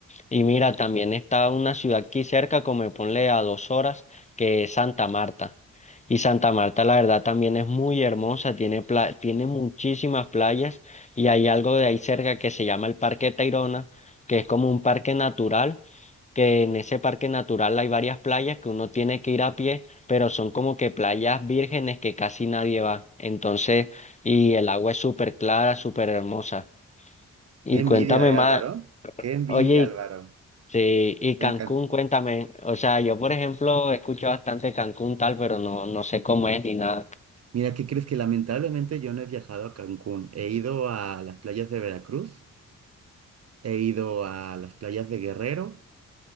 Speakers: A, on the left (about 20°); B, on the right (about 50°).
A: Y mira, también está una ciudad aquí cerca, como de ponle a dos horas, que es Santa Marta. Y Santa Marta, la verdad, también es muy hermosa, tiene, pla- tiene muchísimas playas y hay algo de ahí cerca que se llama el Parque Tayrona, que es como un parque natural, que en ese parque natural hay varias playas que uno tiene que ir a pie, pero son como que playas vírgenes que casi nadie va. Entonces, y el agua es súper clara, súper hermosa. Y
B: Qué envidia,
A: cuéntame
B: ¿eh,
A: más,
B: Álvaro? Qué envidia,
A: oye,
B: Álvaro.
A: Sí, y Cancún,
B: Me encanta.
A: cuéntame. O sea, yo por ejemplo escucho bastante Cancún tal, pero no, no sé cómo es ni nada.
B: Mira, ¿qué crees? Que lamentablemente yo no he viajado a Cancún. He ido a las playas de Veracruz, he ido a las playas de Guerrero